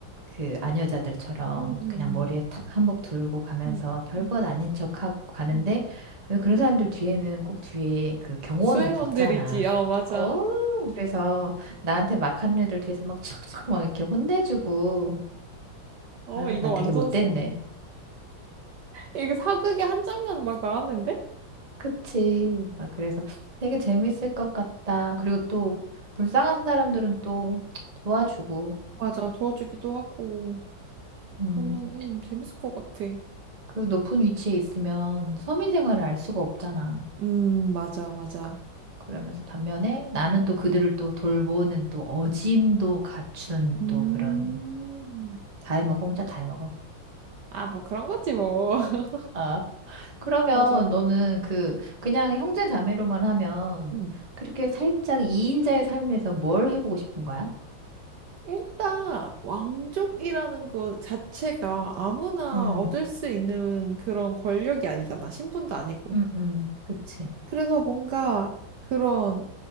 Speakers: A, on the right; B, on the right.
A: 그 아녀자들처럼
B: 음, 음.
A: 그냥 머리에 탁 한복 두르고 가면서
B: 응,
A: 별것
B: 응,
A: 아닌 척하고 가는데
B: 응.
A: 왜 그런 사람들 뒤에는 꼭 뒤에 그 경호원들
B: 수행원들
A: 붙잖아.
B: 있지. 어, 맞아.
A: 어, 그래서 나한테 막 하는 애들 뒤에서 막 촥촥 막 이렇게 혼내주고
B: 어,
A: 아,
B: 이거
A: 나
B: 완전
A: 되게 못됐네.
B: 사... 이거 사극의 한 장면 막 나왔는데?
A: 그치. 막 그래서 되게 재밌을 것 같다. 그리고 또 불쌍한 사람들은 또 도와주고
B: 맞아. 도와주기도 하고.
A: 음,
B: 그러면 음, 재밌을 것 같아.
A: 그 높은 위치에 있으면 서민 생활을 알 수가 없잖아.
B: 음, 맞아, 맞아.
A: 그- 러면서 반면에 나는 또 그들을 또 돌보는 또 어짐도 갖춘
B: 음.
A: 또 그런 다 해먹어 혼자 다 해먹어.
B: 아, 뭐 그런 거지 뭐. <laughs>
A: 아, 그러면
B: 맞아.
A: 너는 그 그냥 형제 자매로만 하면
B: 음.
A: 그렇게 살짝 이인자의 삶에서 뭘 해보고 싶은 거야?
B: 일단 왕족이라는 것 자체가 아무나
A: 음,
B: 얻을 수 있는 그런 권력이 아니잖아. 신분도 아니고.
A: 음, 음, 그치.
B: 그래서 뭔가 그런